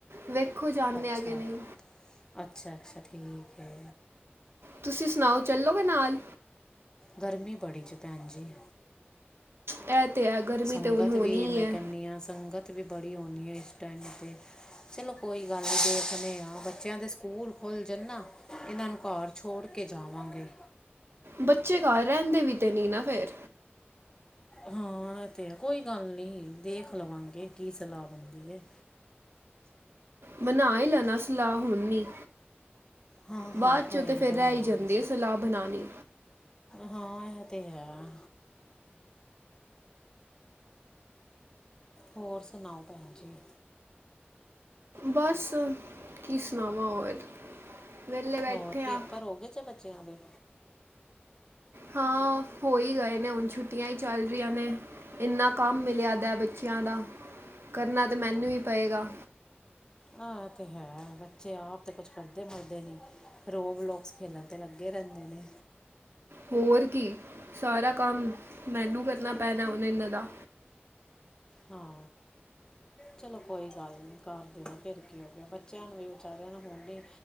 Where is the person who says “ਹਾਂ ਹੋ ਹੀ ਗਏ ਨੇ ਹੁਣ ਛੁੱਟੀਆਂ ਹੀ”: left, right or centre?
Right